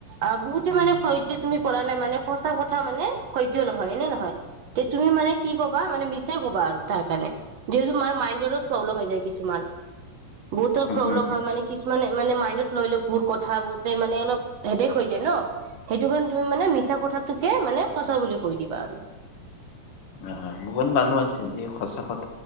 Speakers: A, on the right; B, on the left.
A: অ', বহুতে মানে সহ্য তুমি কৰা নাই মানে, সঁচা কথা মানে সহ্য নহয়, হয় নে নহয়। তে তুমি মানে কি ক'বা, মানে মিছাই কবা আৰু তাৰ কাৰণে। যিহেতু তোমাৰ মাইণ্ডৰো প্ৰব্লেম হৈ যায়, কিছুমান। বহুতৰ প্ৰব্লেম
B: উম উম
A: হয় মানে, কিছুমানে মানে মাইণ্ডত লৈ লয় বহুত কথা। বহুতে মানে অলপ হেদেক হৈ যায় ন', সেইটো কাৰণে তুমি মানে মিছা কথাটোকে মানে, সঁচা বুলি কৈ দিবা আৰু।
B: হয় হয়, বহুত মানুহ আছে। যিয়ে সঁচা কথ